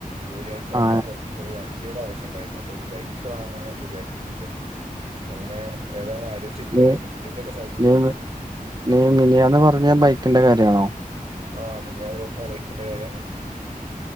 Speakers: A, on the right; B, on the right.
A: ജോലിയാഴ്ചക്കാ
B: ആ
A: കുറച്ച് പരിപാടി വണ്ടിയുടെ ആവശ്യംണ്ടായിരുന്നു അപ്പൊ ഒരു ബൈക്ക് വാങ്ങാന്നൊക്കെ വിചാരിക്കുന്നുണ്ട് അപ്പം അങ്ങനെ ഏതാ ആലോിച്ചിരിക്കായിരുന്നു
B: നീ
A: എന്തെങ്കിലൊക്കെ സാച്
B: നീ മി- നീ മിനിയാന്ന് പറഞ്ഞ ബൈക്കിന്റെ കാര്യണോ
A: ആഹ് മിനിഞ്ഞാന്ന് <unintelligible> ആ ബൈക്കിന്റെ കാര്യണ്